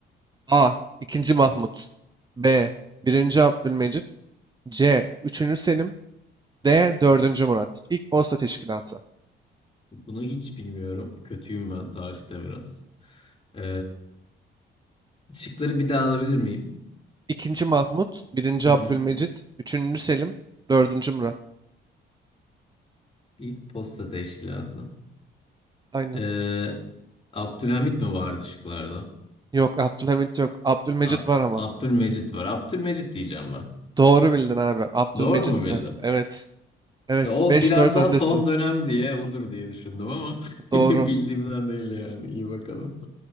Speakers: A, on the right; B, on the left.
A: A. 2. Mahmut B. Birinci Abdülmecit C. Üçüncü Selim D. Dördüncü Murat İlk posta teşkilatı
B: Bunu hiç bilmiyorum. Kötüyüm ben tarihte biraz. E, şıkları bir daha alabilir miyim?
A: 2. Mahmut Birinci
B: Hı hı.
A: Abdülmecit Üçüncü Selim Dördüncü Murat
B: İlk posta teşkilatı.
A: Aynen.
B: E, Abdülhamit mi vardı şıklarda?
A: Yok Abdülhamit yok. Abdülmecit
B: A-
A: var ama.
B: Abdülmecit var. Abdülmecit diyeceğim ben.
A: Doğru bildin abi. Abdülmecit'ti.
B: Doğru mu bildim?
A: Evet. Evet.
B: Ya o
A: Beş
B: biraz
A: dört
B: daha
A: öndesin.
B: son dönem diye odur diye düşündüm ama <laughs>
A: Doğru.
B: bildiğimden değil yani. İyi bakalım.